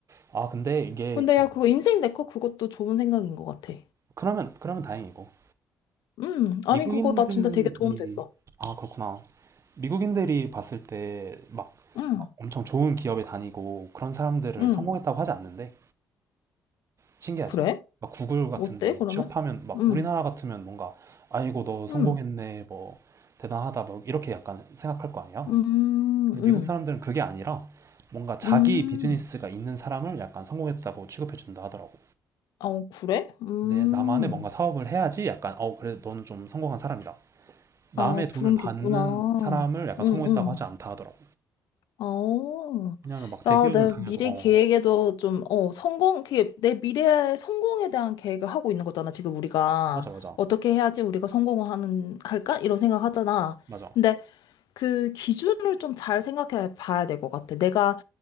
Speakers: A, on the right (about 45°); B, on the left (about 70°).
A: 아, 아, 근데 이게,
B: 근데
A: 그-
B: 야 그거 인생 네컷 그것도 좋은 생각인 것 같아
A: 그러면, 그러면 다행이고.
B: 응 아니
A: 미국인들이,
B: 그거 나 진짜 되게 도움 됐어
A: 아, 그렇구나. 미국인들이 봤을 때 막
B: 응
A: 엄청 좋은 기업에 다니고 그런 사람들을
B: 응
A: 성공했다고 하지 않는데, 신기하지.
B: 그래
A: 막 구글 같은데
B: 어때 그러면
A: 취업하면 막
B: 응
A: 우리나라 같으면 뭔가 아이고 너 성공했네
B: 응
A: 뭐 대단하다 뭐 이렇게 약간 생각할 거 아니야.
B: 응응
A: 근데 미국
B: 음,
A: 사람들은 그게 아니라 뭔가 자기
B: 음,
A: 비즈니스가
B: 음.
A: 있는 사람을 약간 성공했다고 취급해 준다 하더라고.
B: 아, 어, 그래? 음,
A: 내 나만의 뭔가 사업을 해야지 약간 어 그래 너는 좀 성공한 사람이다. 남의
B: 아,
A: 돈을
B: 그런
A: 받는
B: 게 있구나.
A: 사람을 약간
B: 응,
A: 성공했다고
B: 응.
A: 하지 않다 하더라고.
B: 아
A: 왜냐하면 막 대기업을
B: 야, 내
A: 다녀도
B: 미래
A: 어
B: 계획에도
A: 어,
B: 좀, 어, 성공, 그게 내 미래의 성공에 대한 계획을 하고 있는 거잖아, 지금 우리가.
A: 맞아 맞아
B: 어떻게 해야지 우리가 성공을 하는, 할까? 이런 생각 하잖아.
A: 맞아.
B: 근데 그 기준을 좀 잘 생각해 봐야 될 것 같아. 내가